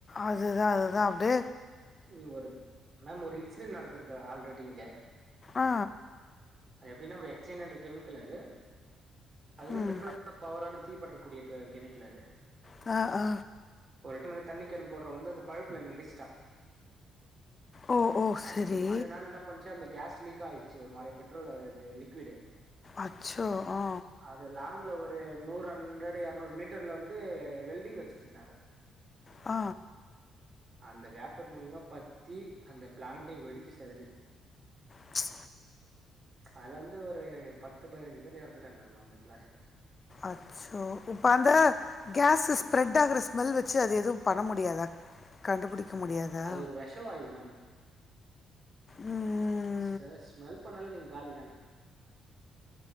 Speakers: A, on the left; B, on the right.
A: அதுதா அதுதா அப்ட்டு
B: நீ ஒரு மேம் ஒரு இன்சிடென்ட் நடந்திருக்கா ஆல்ரெடி இங்க
A: ஆ
B: அது எப்டின்னா ஒரு எச் என் என்ற கெமிக்கல் அது அது வந்து
A: ம்
B: பெட்ரோல் <unintelligible> பவரான தீ பற்றக்கூடிய க கெமிக்கல் அது
A: தா ஆ
B: ஒரு எட்டுமேல வந்து தண்ணி கேன் போடுற வந்து அந்த பைபுலையேன்ல இடிச்டா
A: ஓ ஓ
B: அது
A: சரி
B: இடிச்சதுனால என்ன பண்ணுச்சு அந்த கேஸ் லீக் ஆயிடுச்சு ஒரு மாரி பெட்ரோலு இது லிக்விடு
A: அச்சோ ஆ
B: அது லாங்ல ஒரு நூறு ஹண்ரெட் இரநூறு மீட் டர்ல வந்து வெல்டிங் வச்சுட்டு இருந்தாங்க
A: ஆ
B: அந்த வியப்பர் மூலிமா பத்தி அந்த பிளாண்டே வெடிச்சி செதரிட்டு
A: ம்ச்
B: அதுல வந்து ஒரு பத்து பதினஞ்சு பேர் எறந்துடாங்க மேம் அந்த கிளஷ்ல
A: அச்சோ இப்பௌ அந்த கேஸ் ஸ்ப்ரெட்டாகுற ஸ்மெல் வச்சு அது எதுவு பண்ண முடியாதா கண்டுபுடிக்க முடியாதா
B: அது ஒரு விஷவாயு மேம்
A: ம் ம்
B: ஸ்பெ ஸ்மெல் பண்ணாலே நீங்க காலி தான